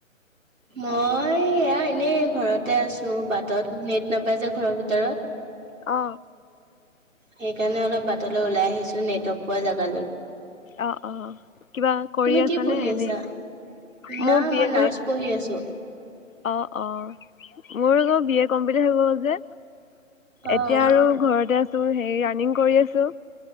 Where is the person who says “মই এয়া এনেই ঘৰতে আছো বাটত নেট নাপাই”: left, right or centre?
Right